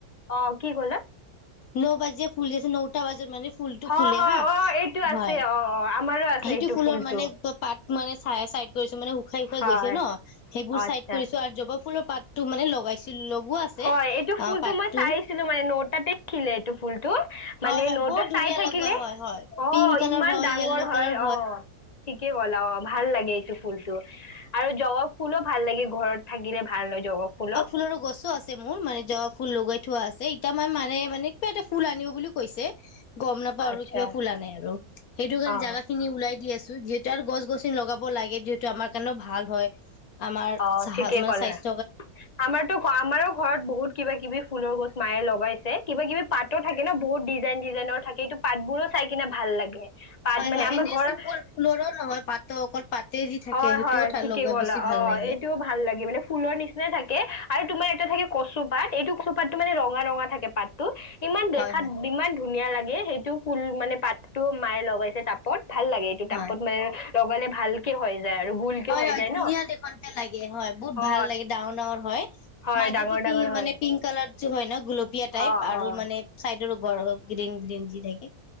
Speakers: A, on the left; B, on the left.
A: অ কি ক'লা
B: ন বাজিয় ফুল আছে নটা বাজাত মানে ফুলটো
A: হয়
B: ফুলে
A: হয়
B: হা,
A: অ এইটো আছে
B: হয়
A: অ অ আমাৰো আছে
B: সেইটো
A: এইটো
B: ফুলৰ
A: ফুলটো
B: মানে পাত মানে চাই-চাইড কৰিছো মানে শুকাই-শুকাই
A: হয়
B: গৈছে ন সেইবোৰ
A: আচ্ছা
B: চাইড কৰিছো আৰু জবা ফুলৰ পাত তোৰ মানে লগাইছিল লগো আছে
A: হয়, এইটো ফুলটো
B: অ পাতটো
A: মই চাইছিলো মানে নটাতে উঠিলে এইটো ফুলটো মানে
B: হয় হয়
A: নৌত
B: বহুত ধুনীয়া
A: চাই থাকিলে
B: লগোৱা হয় হয়
A: অ',
B: পিংক কালাৰ
A: ইমান
B: হয়
A: ডাঙৰ
B: য়েল্ল'
A: হয়
B: কালাৰ
A: অ'। ঠিকে ক'লা অ', ভাল লাগে এইটো ফুলটো, আৰু জবা ফুলো ভাল লাগে ঘৰত থাকিলে ভাল হয় জবা ফুলো।
B: ফুলৰো গছো আছে মোৰ মানে জবা ফুল লগাই থোৱা আছে। এতিয়া মই মানে মানে কিবা এটা ফুল আনিব বুলি কৈছে। গম নাপাও
A: আচ্ছা
B: আৰু কিবা ফুল আনে আৰু সেইটো কাৰে
A: অ
B: জাগা খিনি ওলাই দি আছো। যিহেতু আৰু গছ গছনি লগাব লাগে যিহেতু আমাৰ কাৰণেও ভাল হয় আমাৰ
A: অ
B: চাহ
A: ঠিকেই
B: মানে
A: ক'লা
B: স্বাস্থ
A: আমাৰতো আমাৰো ঘৰত বহুত কিবা কিবি ফুলৰ গছ মায়ে লগাইছে। কিবা কিবি পাতো থাকে ন, বহুত ডিজাইন ডিজাইনৰ থাকে এইটো পাতবোৰো চাই কিনে ভাল লাগে। পাত
B: হয়
A: মানে
B: হয়,
A: আমাৰ
B: এনে
A: ঘৰ
B: চিম্পুল ফুলৰো নহয় পাতো অকল পাতে যি থাকে
A: হয়
B: সেইটোও
A: হয়
B: তাত
A: ঠিকেই
B: লগাই
A: ক'লা
B: বেছি ভাল
A: অ
B: লাগে।
A: এইটোও ভাল লাগে মানে ফুলৰ নিচিনাই থাকে আৰু তোমাৰ এটা থাকে কচুপাত এইটো কচুপাতটো মানে ৰঙা ৰঙা থাকে পাত <unintelligible> ইমান
B: হয়
A: দেখাত
B: হয়
A: ইমান ধুনীয়া লাগে সেইটো ফুল মানে পাতো মায়ে লগাইছে তাপত ভাল লাগে এইটো
B: হয়
A: তাপত মানে লগালে ভালকে হৈ যায় আৰু। গোলকে
B: হয়
A: হৈ
B: হয়,
A: যায়
B: ধুনীয়া
A: ন
B: দেখোনতে লাগে হয় বহুত
A: অ
B: ভাল লাগে ডাঙৰ ডাঙৰ হয়।
A: হয়
B: মাজেদি
A: ডাঙৰ ডাঙৰ
B: পি
A: হয়
B: মানে পিংক কালাৰ য হয় ন গুলপীয়া টাইপ
A: অ
B: আৰু
A: অ
B: মানে চাইডৰ ওপৰ গ্ৰীণ গ্ৰীণ যি থাকে